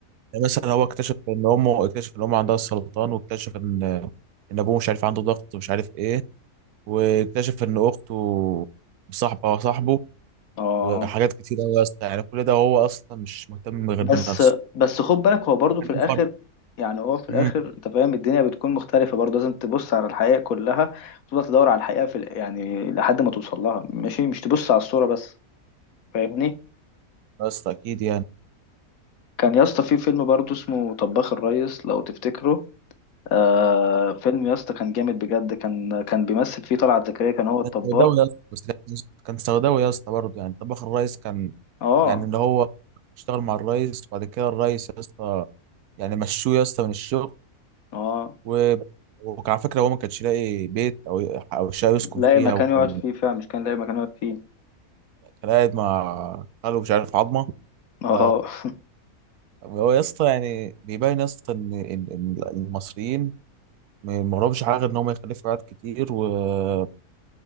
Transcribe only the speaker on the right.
يعني مثلا هو اكتشف ان امه اكتشف ان امه عندها السرطان واكتشف ان ان ابوه مش عارف عنده ضغط ومش عارف ايه واكتشف ان اخته مصاحبه وصاحبه
وحاجات
كتير قوي يا اسطى يعني كل ده هو اصلا مش مهتم غير
بنفسه
كان
ليه
فرق
امم
يا اسطى اكيد يعني
كان سوداوي يا اسطى بس كان كان سوداوي يا اسطى برضه يعني طباخ الريس كان
يعني اللي هو اشتغل مع الريس وبعد كده الريس يا اسطى يعني مشوه يا اسطى من الشغل
و... وكان على فكره هو ما كانش لاقي بيت او او شقه يسكن
فيها
وكان
كان قاعد مع خاله مش عارف عظمه
ف
هو يا اسطى يعني بيبين يا اسطى ان ان إن المصريين ما ما وراهمش حاجه غير ان هم يخلفوا عيال كتير ويعني